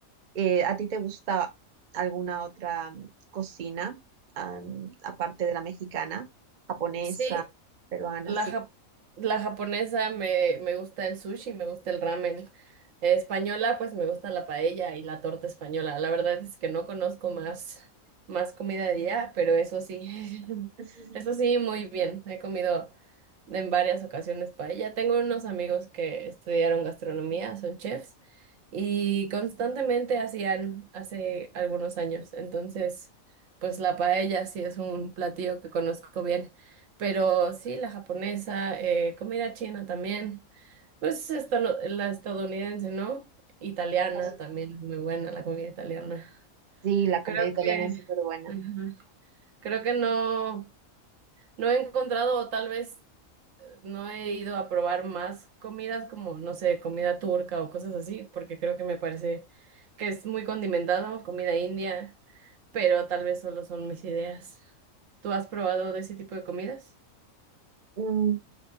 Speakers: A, on the right; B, on the right.
A: Eh, ¿a ti te gusta alguna otra mm, cocina, am, aparte de la mexicana, japonesa,
B: Sí,
A: peruana?
B: La,
A: Sí.
B: jap- la japonesa me, me gusta el sushi, me gusta el ramen. Eh, española, pues me gusta la paella y la torta española. La verdad es que no conozco más, más comida de allá, pero eso sí, <laughs>
A: <laughs>
B: eso sí, muy bien. He comido en varias ocasiones paella. Tengo unos amigos que estudiaron gastronomía, son chefs, y constantemente hacían hace algunos años. Entonces, pues la paella sí es un platillo que conozco bien. Pero sí, la japonesa, eh, comida china también. Pues esta, no- la estadounidense, ¿no? Italiana
A: Claro.
B: también es muy buena la comida italiana.
A: Sí, la comida
B: Creo
A: italiana
B: que,
A: es súper buena.
B: ujú, creo que no, no he encontrado, o tal vez eh, no he ido a probar más comidas como, no sé, comida turca o cosas así, porque creo que me parece que es muy condimentada, o comida india, pero tal vez solo son mis ideas. ¿Tú has probado de ese tipo de comidas?
A: Mm,